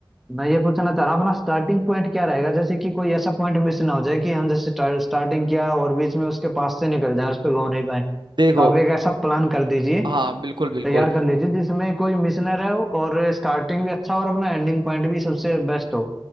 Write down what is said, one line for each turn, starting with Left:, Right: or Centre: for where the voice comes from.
Centre: मैं ये पूछना चाह रहा हूँ अपना स्टार्टिंग पॉइंट क्या रहेगा जैसे कि कोई ऐसा पॉइंट मिस ना हो जाए कि हम जैसे स्टार्टिंग किया और बीच में उसके पास से निकल जाए उस पर घूम नहीं पाए
Right: देखो
Centre: तो आप एक ऐसा प्लान कर दीजिए
Right: हाँ बिल्कुल बिल्कुल
Centre: तैयार कर लीजिए जिसमें कोई मिस ना रहे हो और स्टार्टिंग भी अच्छा हो और अपना एंडिंग पॉइंट भी सबसे बेस्ट हो